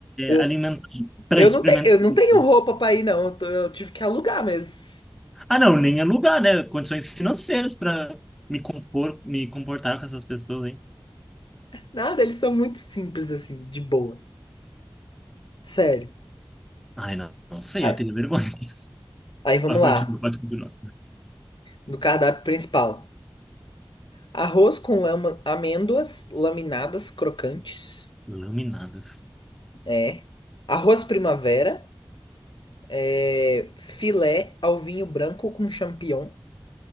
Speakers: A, on the left; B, in the centre.
A: Eu
B: alimentar para
A: eu
B: experimentar
A: não, te, eu não
B: isso.
A: tenho roupa pra ir, não. Eu, tô- eu tive que alugar, mas
B: Ah, não, nem alugar, né? Condições financeiras para me compor, me comportar com essas pessoas aí.
A: nada, eles são muito simples assim, de boa. Sério.
B: Ai, não, não sei,
A: Aí,
B: eu tenho vergonha disso.
A: aí vamos
B: Pode continuar,
A: lá.
B: pode continuar.
A: do cardápio principal. Arroz com lama- amêndoas laminadas crocantes.
B: Laminadas.
A: É. Arroz primavera. É. Filé ao vinho branco com champignon.